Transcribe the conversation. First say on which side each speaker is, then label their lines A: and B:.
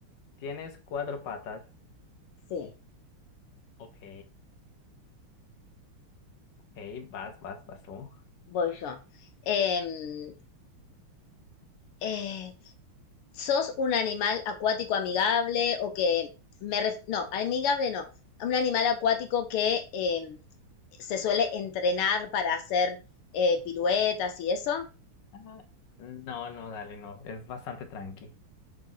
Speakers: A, on the left; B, on the left.
A: tienes cuatro patas.
B: Sí,
A: Ok, ok, vas, vas, vas tú.
B: voy yo. Em, eh, ¿sos un animal acuático amigable o que me ref- no, amigable no. Un animal acuático que em, se suele entrenar para hacer eh, piruetas y eso.
A: Ajá. No, no, dale, no, es bastante tranqui.